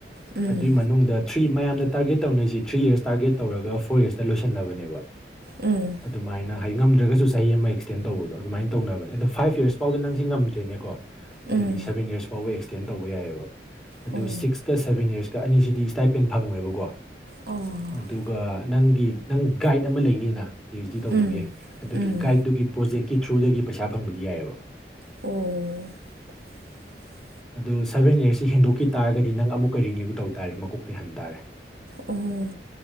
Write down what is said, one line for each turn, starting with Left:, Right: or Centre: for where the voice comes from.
Right: ꯎꯝ
Centre: ꯑꯗꯨꯏ ꯃꯅꯨꯡꯗ ꯊ꯭ꯔꯤ ꯃꯌꯥꯝꯅ ꯇꯥꯔꯒꯦꯠ ꯇꯧꯅꯔꯤꯁꯤ ꯊ꯭ꯔꯤ ꯌꯔꯁ ꯇꯥꯔꯒꯦꯠ ꯇꯧꯔꯒ ꯐꯣꯔ ꯌꯔꯁꯇ ꯂꯣꯏꯁꯟꯅꯕꯅꯦꯕ
Right: ꯎꯝ
Centre: ꯑꯗꯨꯃꯥꯏꯅ ꯍꯥꯏ ꯉꯝꯗ꯭ꯔꯒꯁꯨ ꯆꯍꯤ ꯑꯃ ꯑꯦꯛꯁꯇꯦꯟ ꯇꯧꯕꯗꯣ ꯑꯗꯨꯃꯥꯏꯅ ꯇꯧꯅꯕꯅꯦ ꯑ ꯐꯥꯏꯞ ꯌꯔꯁ ꯐꯥꯎꯗ ꯅꯪꯁꯦ ꯉꯝꯗ꯭ꯔꯦꯅꯦꯀꯣ ꯑꯗꯨꯑꯣꯏꯗꯤ
Right: ꯎꯝ
Centre: ꯁꯕꯦꯟ ꯌꯔꯁ ꯐꯥꯎꯕ ꯑꯦꯛꯁꯇꯦꯟ ꯇꯧꯕ ꯌꯥꯏꯑꯕ ꯑꯗꯨ
Right: ꯑꯣ
Centre: ꯁꯤꯛꯁꯀ ꯁꯚꯦꯟ ꯌꯔꯁꯀ ꯑꯅꯤꯁꯤꯗꯤ ꯏꯁꯇꯥꯏꯄꯦꯟ ꯐꯪꯉꯣꯏꯦꯕꯀꯣ
Right: ꯑꯣ
Centre: ꯑꯗꯨꯒ ꯅꯪꯒꯤ ꯅꯪ ꯒꯥꯏꯠ ꯑꯃ ꯂꯩꯅꯤꯅ ꯄꯤ ꯑꯩꯆ ꯗꯤ ꯇꯧꯕꯒꯤ
Right: ꯎꯝ
Centre: ꯑꯗꯨꯒꯤ
Right: ꯎꯝ
Centre: ꯒꯥꯏꯗꯠꯇꯨꯒꯤ ꯄ꯭ꯔꯣꯖꯦꯛꯀꯤ ꯊ꯭ꯔꯨꯗꯒꯤ ꯄꯩꯁꯥ ꯐꯪꯕꯗꯤ ꯌꯥꯏꯑꯕ
Right: ꯑꯣ <inaudible>
Centre: ꯑꯗꯨꯣ ꯁꯚꯦꯟ ꯌꯔꯁꯁꯤ ꯍꯦꯟꯗꯣꯛꯈꯤ ꯇꯥꯔꯒꯗꯤ ꯅꯪ ꯑꯃꯨꯛꯀ ꯔꯤꯅ꯭ꯌꯨ ꯇꯧ ꯇꯥꯔꯦ ꯃꯀꯣꯛꯇ ꯍꯍꯟ ꯇꯥꯔꯦ
Right: ꯑꯣ